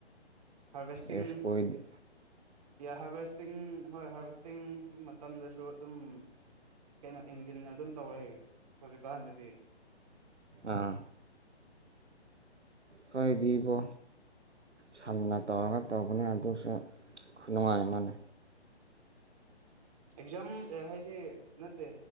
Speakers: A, on the right; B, on the right.
A: ꯍꯔꯚꯦꯁꯇꯤꯡ
B: ꯏꯁ ꯈꯣꯏꯗꯤ
A: ꯍꯥꯔꯚꯦꯁꯇꯤꯡ ꯍꯣꯏ ꯍꯥꯔꯚꯦꯁꯇꯤꯡ ꯃꯇꯝꯗꯁꯨ ꯑꯗꯨꯝ ꯀꯩꯅꯣ ꯌꯦꯡꯖꯤꯟꯅ ꯑꯗꯨꯝ ꯇꯧꯔꯦ ꯍꯥꯏꯒꯦ ꯍꯧꯖꯤꯛꯀꯍꯗꯗꯤ
B: ꯑꯥ ꯀꯗꯤꯕꯣ ꯁꯟꯅ ꯇꯧꯔꯒ ꯇꯧꯕꯅꯤ ꯑꯗꯨꯁꯨ ꯈꯨꯅꯨꯡꯉꯥꯏ ꯑꯃꯅꯤ
A: ꯑꯦꯛꯖꯥꯝ ꯍꯥꯏꯗꯤ ꯅꯠꯇꯦ